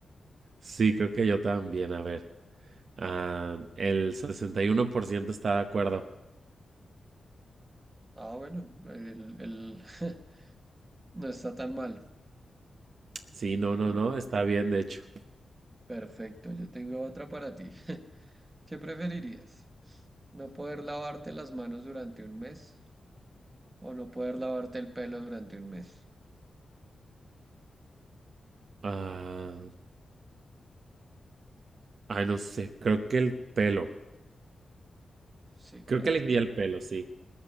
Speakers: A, on the right; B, on the right.
A: sí, creo que yo también. A ver. Ah, el 61% está de acuerdo.
B: Ah, bueno, el, el- <laughs> no está tan mal.
A: Sí, no, no,
B: El
A: no, está bien, de hecho.
B: Perfecto, yo tengo otra para ti. <laughs> ¿Qué preferirías? ¿No poder lavarte las manos durante un mes o no poder lavarte el pelo durante un mes?
A: Ah, ay, no sé, creo que el pelo.
B: Sí, claro.
A: Creo que elegiría el pelo, sí.